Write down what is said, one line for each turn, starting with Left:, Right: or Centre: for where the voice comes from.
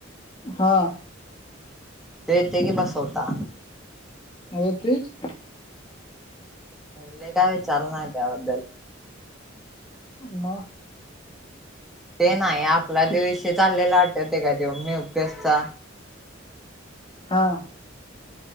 Left: हा!
Centre: ते येते की बसवता.
Left: आवो तेच!
Centre: अरे लय काय विचाल नाही त्याबद्दल.
Left: हा न म!
Centre: ते नाही आपला आधी
Left: कित
Centre: विषय चाललेला वाटत ते का तेव मयुकेस चा.
Left: हा!